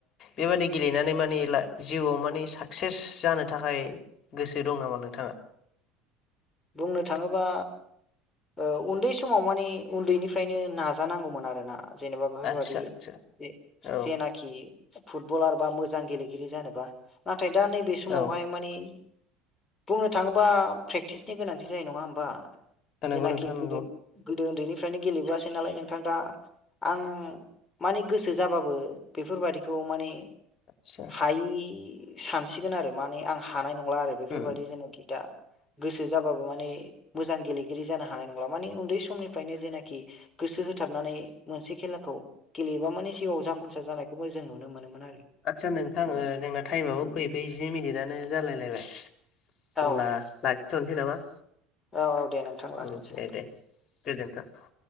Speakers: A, on the left; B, on the left.
A: बेबादि गेलेनानै माने ला जिउआव मानि साक्सेस जानो थाखाय गोसो दं नामा नोंथाङा?
B: बुंनो थाङोबा ओ उन्दै समाव मानि उन्दैनिफ्रायनो नाजानांगौमोन आरो ना । जेनेबा बेफोरबादि
A: आदसा आदसा
B: <unintelligible>
A: औ
B: जेनाखि फुटबलार बा मोजां गेलेगिरि जानोबा नाथाय दा नैबे समावहाय
A: औ
B: मानि बुंनो थाङोबा प्रे प्क्टिसनि गोनांथि जानाय नङा होमबा
A: नंगौ
B: जेनाखि
A: नोंथां नंगौ
B: गोदो उन्दैनिफ्रायनो गेलेबोआसै नालाय नोंथां दा आं माने गोसो जाबाबो बेफोर बादिखौ मानि
A: आदसा
B: हायि सानसिगोन आरो माने आं हानाय नंला आरो बेफोरबादि
A: उम
B: जेनाखि दा गोसो जाबाबो माने मोजां गेलेगिरि जानो हानाय नंला माने उन्दै समनिफ्रायनो जेनाखि गोसो हो होथाबनानै मोनसे खेलाखौ गेलेयोबा माने जिउआव जाफुंसार जानायखौबो जों नुनो मोनोमोन आरो
A: आदसा नोंथां ओ जोंना टाइमाबो फै फै जि मिनिटआनो जालायलायबाय अब्ला
B: औ
A: लाखिथ'नसै नामा
B: औ औ दे नोंथां लाखिनसै
A: औ दे दे गोजोन्थों ।